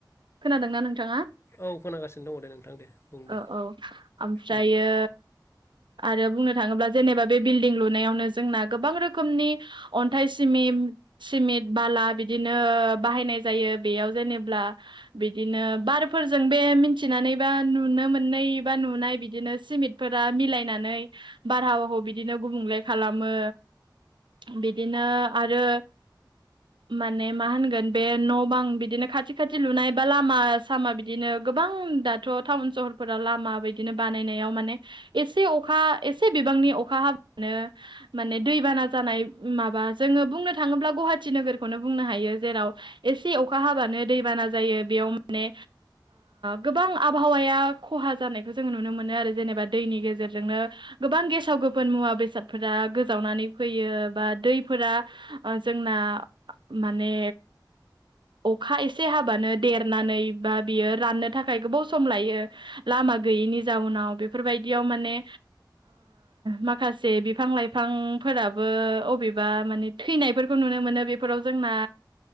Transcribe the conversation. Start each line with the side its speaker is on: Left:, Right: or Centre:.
Right: खोनादोंना नोंथाङा।
Left: औ खोनागासिनो दङ दे नोंथां दे बुं दे
Right: औ औ ओमफ्रायो।
Left: उम
Right: आरो बुं थाङोब्ला जेनेबा बे बिल्डिं लुनायावनो जोंना गोबां रोखोमनि अन्थाइ सिमि। सिमेन्ट बाला बिदिनो बाहायनाय जायो बेयाव जेनेब्ला। बिदिनो बारफोरजों बे मिथिनानैबा नुनो मोननै बा नुनाय बिदिनो सिमेन्ट। फोर मिलायनानै बारहावाखौ बिदिनो गुबुंले खालामो। बिदिनो आरो माने मा होनगोन बे न' बां बिदिनो खाथि खाथि लुनाय बा लामा आसामा बिदिनो गोबां दा थ' टाउन सहरफोराव लामा बिायदिनो बानायनायाव माने एसे अखा एसे बिबांनि अखा हाबानो माने दैबाना जानाय। माबा जोङो बुंनो थाङोब्ला गुवाहाटिी नोगोरखौनो बुंनो हायो जेराव ए ए अखा हाबानो दैबाना जायो बेयाव माने गोबां आबहावाया खहा जानायखौ जोङो नुनो मोनो आरो जेनेबा दैनि गेजेरजोंनो गोबां गेसाव गोफोन मुवा बेसादफोरा गोजावनानै फैयो बा दैफोरा जोंना माने अखा एसे एसे हाबानो देरनानै बा बियो राननो थाखाय गोबाव सम लायो लामा गैयिनि जाउनाव बेफोरबायदियाव माने माखासे बिफां लाइफांफोराबो अबेबा माने थैनायफोरखौ नुनो मोनो बे ाव जोंना